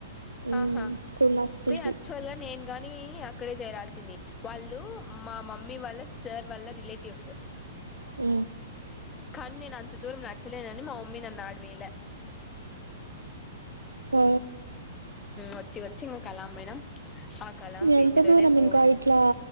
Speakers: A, on the right (about 90°); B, on the left (about 20°).
A: మ్మ్
B: ఆహా
A: కూనాస్ పీజీ
B: ఏ యక్చుఅల్ నేను గాని అక్కడే చేరాల్సింది వాళ్ళు మా మమ్మీ వాళ్ళ సార్ వాల్ల రిలేటివ్స్ <inaudible>
A: అ
B: కనీ నేను అంత దూరం నడచలేనని మా మమ్మీ నన్ను ఆడ వైల
A: అ
B: వచ్చి వచ్చి <unintelligible> పేజీలోనే
A: ఎంత దూరం
B: మూడు
A: ఇంక ఇట్ల